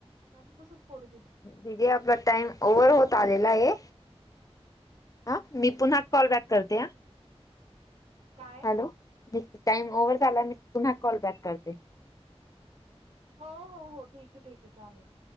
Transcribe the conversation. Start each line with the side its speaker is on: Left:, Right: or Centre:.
Right: नाही तसच पडू दिलं
Left: दिदी आपला टाइम ओव्हर होत आलेला आहे हा मी पुन्हा कॉल बॅक करते ह
Right: काय
Left: हॅलो टाइम ओव्हर झाला मी तुम्हा कॉल बॅक करते
Right: हो हो हो ठीक आहे ठीक आहे चालेल